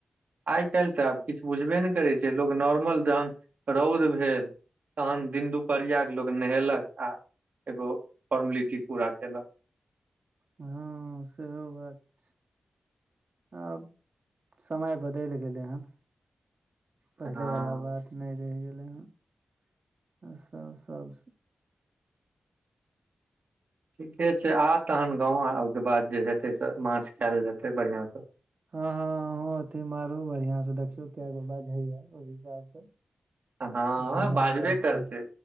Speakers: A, on the right; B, on the right.
A: आइ काल्हि तऽ आब किछु बुझबे ने करै छै लोग नॉर्मल जहन रौद भेल तहन दिन दुपहरिया के लोग नहेलक आ एगो फॉर्मेलिटी पूरा केलक
B: हँ सेहो बात छै आब समय बदलि गेलै हन पहिलेवला
A: हँ
B: बात नहि रहि गेलै हन आ सब सब
A: ठीके छै आ तहन गाँव आ ओहिके बाद जे हेतै से माछ खायल जेतै बढ़िआं से
B: हँ हँ अह अथी मारू बढ़िया से देखियो क गो बाज हेय ओहि हिसाब से
A: हँ
B: बनाउ
A: बाजबे करतै